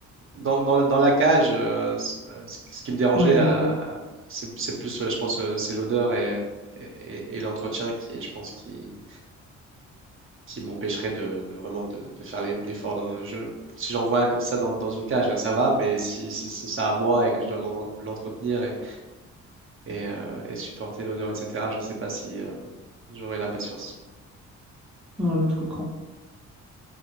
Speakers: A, on the right; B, in the centre.
A: dans, dans, dans la cage, euh, ce, euh, ce- ce qui me dérangeait,
B: Ouais, des
A: à-
B: logos.
A: à- c'est c'est plus, euh, je pense, euh, c'est l'odeur et, et, et l'entretien qui, je pense, qui, qui m'empêcherait de, de vraiment de, de faire l'e- l'effort. dans- Je, si j'en vois un comme ça dans, dans une cage, ça va, mais si, si, si c'est ça à moi et que je dois m'en- l'entretenir et, et, euh, et supporter l'odeur, etc. Je ne sais pas si euh, j'aurai la patience.
B: Non, non, je comprends.